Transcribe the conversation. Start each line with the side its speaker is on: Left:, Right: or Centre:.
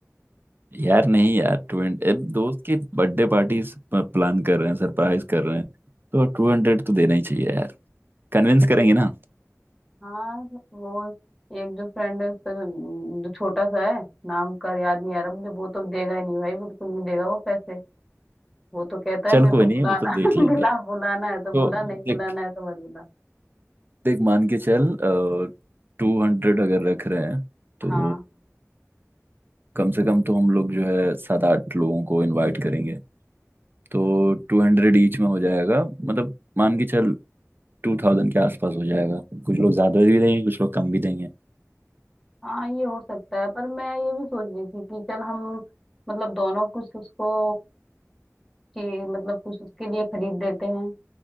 Right: यार नहीं यार टू दोस्त की बर्थडे पार्टी प्लान कर रहे हैं सरप्राइज कर रहे हैं तो टू हंड्रेड तो देना ही चाहिए यार कन्विंस करेंगे ना
Centre: हाँ वो एक जो फ्रेंड है उसका जो, जो छोटा सा है नाम का याद नहीं आ रहा मुझे वो तो देगा ही नहीं भाई बिल्कुल नहीं देगा वो पैसे वो तो कहता है
Right: चल
Centre: मेरे
Right: कोई
Centre: को
Right: नहीं
Centre: बुलाना
Right: वो तो देख
Centre: <laughs>
Right: लेंगे
Centre: बुला बुलाना है तो
Right: तो
Centre: बुला नहीं
Right: देख
Centre: बुलाना है तो मत बुला
Right: देख मान के चल टू हंड्रेड अगर रख रहे हैं तो
Centre: हाँ
Right: कम से कम तो हम लोग जो है सात आठ लोगों को इनवाइट करेंगे तो टू हंड्रेड ईच में हो जाएगा मतलब मान के चल टू थाउजेंड के आसपास हो जाएगा कुछ लोग ज्यादा भी देंगे कुछ लोग कम भी देंगे
Centre: हाँ ये हो सकता है पर मैं ये भी सोच रही थी कि चल हम मतलब दोनों कुछ उसको ची- मतलब कुछ उसके लिए खरीद लेते हैं